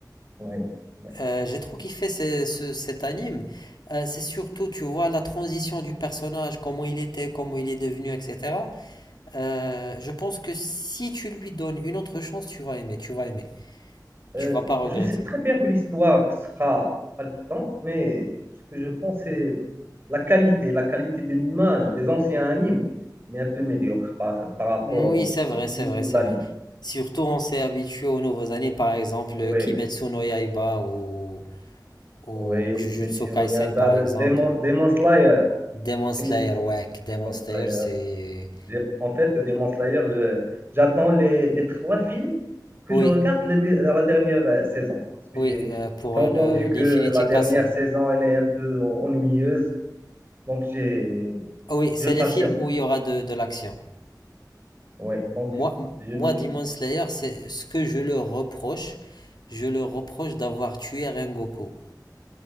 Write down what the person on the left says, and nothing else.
Euh, j'ai trop kiffé ce- ce- cet anime. Euh, c'est surtout, tu vois, la transition du personnage, comment il était, comment il est devenu, etc. Euh, je pense que si tu lui donnes une autre chance, tu vas aimer, tu vas aimer.
Tu vas pas regretter.
Oui,
c'est
vrai, c'est
vrai, c'est
vrai. Surtout, on s'est habitué aux nouveaux animes, par exemple,
Kimetsu no Yaiba ou, ou
Jujutsu
Kaisen,
par exemple.
Demon Slayer,
ouais, Demon
Slayer,
c'est...
Oui,
oui,
euh, pour
le l'Infinity
Castle.
Ah Oui,
c'est
les films où il y aura de, de l'action.
Moi,
moi,
Demon Slayer, c'est ce que je le reproche. Je le reproche d'avoir tué Rengoku,